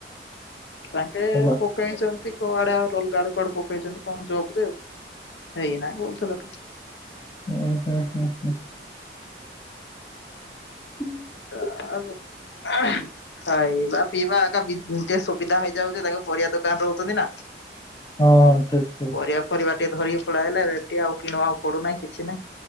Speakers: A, on the left; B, on the left.
A: କୁଆଣ୍ଟିଏ
B: ପୁମା
A: ପକ ପକେଇଛନ୍ତି କୁଆଡେ ଆଉ ରୋଲଗାଡ କୁଆଡୁ ପକେଇଛନ୍ତି କଣ ଜବ ଦେ ଆଉ ହେଇନାହିଁ ବଥିଲେ ତ
B: ଓୁ ହୋ ହୁଁ ହୁଁ ହୁଁ
A: <unintelligible> ହଁ ଏଇ ବା ପିଇବା ଆଗ୍ ଟେ ସୁବିଧା ହେଇଯାଉଛି ତାଙ୍କ ପରିବା ଦୋକାନ ରହୁଛନ୍ତି ନା
B: ହଁ ହଁ ଠିକ ଠିକ
A: ପରିବା ପରିବା ଟିକେ ଧରିକି ପଳେଆଇଲା ରେଡି ଆଉ କିଣ ଆଉ ପଡୁନାହିଁ କିଛି ନାଇଁ